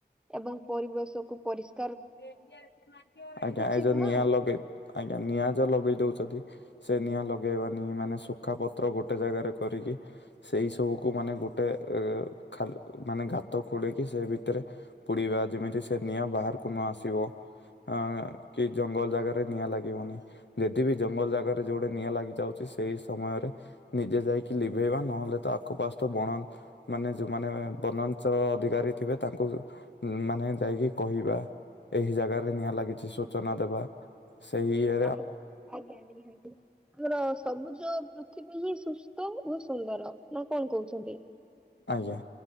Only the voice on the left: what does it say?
<unintelligible> ଆଜ୍ଞା
ଏ ଯୋଉ
ନିଆଁ ଲଗେଇ ଆଜ୍ଞା ନିଆଁ ଯୋଉ ଲଗେଇ ଦଉଛନ୍ତି ସେ ନିଆଁ ଲଗେଇବାନି ମାନେ ଶୁଖା ପତ୍ର ଗୋଟେ ଜାଗାରେ କରିକି ସେଇ ସବୁକୁ ମାନେ ଗୋଟେ ଖା ମାନେ ଗାତ ଖୋଳିକି ସେ ଭିତରେ ପୁଡ଼ିବା ଯେମିତି ସେ ନିଆଁ ବାହାର କୁ ନ ଆସିବ ଆଁ କି ଜଙ୍ଗଲ ଜାଗାରେ ନିଆଁ ଲାଗିବନି। ଯଦି ବି ଜଙ୍ଗଲ ଜାଗାରେ ଯଉଟା ନିଆଁ ଲାଗି ଯାଉ ସେଇ ସମୟରେ ନିଜେ ଯାଇକି ଲିଭେଇବା ନହେଲେ ତ ଆଖପାଶତ ବଣ ମାନେ ଯେଉଁମାନେ ବନାଞ୍ଚଳ ଅଧିକାରୀ ଥିବେ ତାଙ୍କୁ ମାନେ ଯାଇକି କହିବା। ଏହି ଜାଗାରେ ନିଆଁ ଲାଗିଛି ସୂଚନା ଦେବା। ସେହି ଏ
ଆଜ୍ଞା।